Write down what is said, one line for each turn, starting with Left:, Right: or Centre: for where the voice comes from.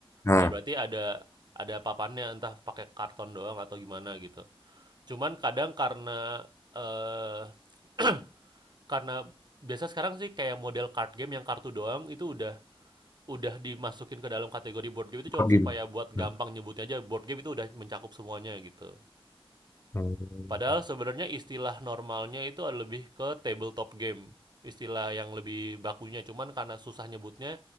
Left: nah
Right: Ya berarti ada ada papannya, entah pakai karton doang atau gimana gitu. Cuman kadang karena, eee, <clears throat> karena biasa sekarang sih kayak model card game yang kartu doang itu udah udah dimasukin ke dalam kategori board game itu cuman
Left: board
Right: supaya
Left: game
Right: buat gampang
Left: nah,
Right: nyebutnya aja board game itu udah mencakup semuanya gitu.
Left: hmm,
Right: Padahal sebenarnya istilah normalnya itu lebih ke tabletop game, istilah yang lebih bakunya, cuman karena susah nyebutnya,